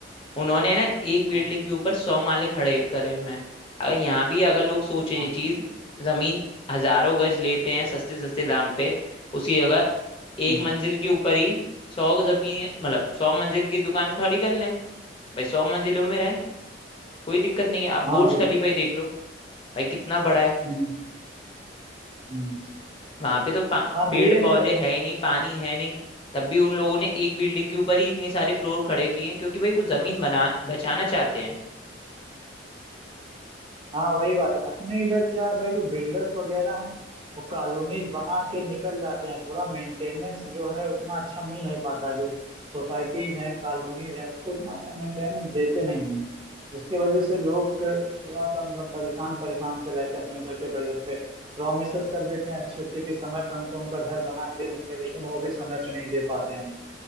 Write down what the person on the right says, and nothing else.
हाँ
हाँ
हम्म,
हाँ
बिल्कुल
हम्म हम्म
हाँ
ये
है
हाँ वही बात है अपने इधर क्या है भाई जो बिल्डर्स वगैरह हैं वो कॉलोनीज बना के निकल जाते हैं थोड़ा मेंटेनेंस जो है उतना अच्छा मिल नहीं पाता जो सोसाइटीज हैं कॉलोनीज हैं उसको उतना अच्छा मेंटेनेंस देते नहीं हैं उसके वजह से लोग थोड़ा सा मतलब परेशान परेशान से रहते हैं अपने इधर के बिल्डर्स पे प्रोमिसेस कर देते हैं अच्छे अच्छे के समय पे उनको उनका घर बना के दे देंगे लेकिन वो भी समय पे नहीं दे पाते हैं